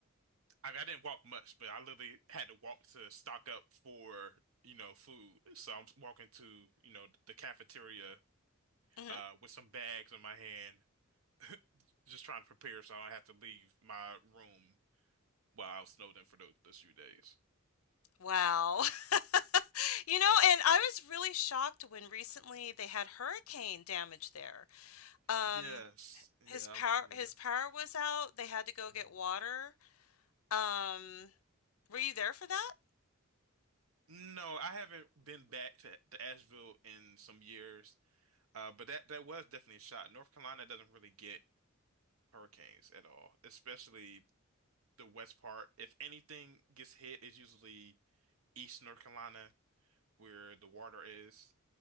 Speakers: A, on the right; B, on the left.
A: I mean, I didn't walk much, but I literally had to walk to stock up for, you know, food. So I'm walking to, you know, the cafeteria
B: hmm
A: uh, with some bags in my hand, <laughs> just trying to prepare so I don't have to leave my room while I was snowed in for those, those few days.
B: Wow. <laughs> You know, and I was really shocked when recently they had hurricane damage there. Um,
A: Yes. Yeah.
B: his power
A: I- yeah.
B: his power was out. They had to go
A: Hmm.
B: get water. Um, were you there for that?
A: No, I haven't been back to, to Asheville in some years. Uh, but that that was definitely a shot. North Carolina doesn't really get hurricanes at all, especially the west part. If anything gets hit, it's usually East North Carolina where the water is.